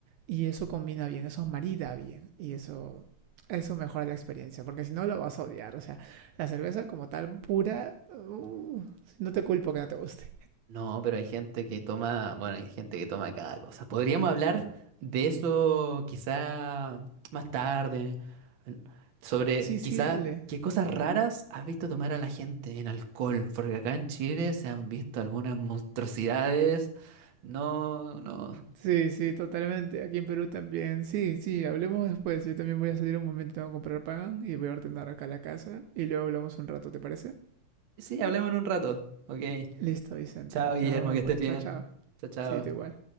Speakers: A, on the right; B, on the right.
A: Y eso combina bien, eso marida bien, y eso, eso mejora la experiencia, porque si no lo vas a odiar, o sea, la cerveza como tal pura, uh, no te culpo que no te guste.
B: No, pero hay gente que toma, bueno, hay gente que toma cada cosa. Podríamos hablar de eso quizá más tarde, en- sobre
A: Sí, sí,
B: quizá
A: dale,
B: qué cosas raras has visto tomar a la gente en alcohol, porque acá en Chile se han visto algunas monstruosidades. No, no.
A: Sí, sí, totalmente. Aquí en Perú también. Sí, sí, hablemos después. Yo también voy a salir un momento, tengo que comprar pan y voy a ordenar acá la casa y luego hablamos un rato, ¿te parece?
B: Sí, sí, hablemos en un rato. Ok.
A: Listo, Vicente.
B: Chao, Guillermo,
A: Nos vemos
B: que
A: después.
B: estés bien.
A: Chao, chao.
B: Chao, chao.
A: Sí, tú igual.